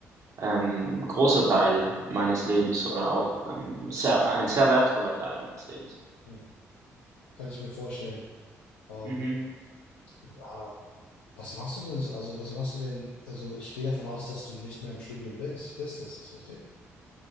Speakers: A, on the right; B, on the left.
A: ähm, großer Teil meines Lebens oder auch ähm, sehr, ein sehr wertvoller Teil meines Lebens.
B: Hm. Kann ich mir vorstellen. Ähm,
A: Mhm.
B: ähm, was machst du denn so? Also, was machst du denn? Also, ich gehe davon aus, dass du nicht mehr im Studium bist. Bist, ist das richtig?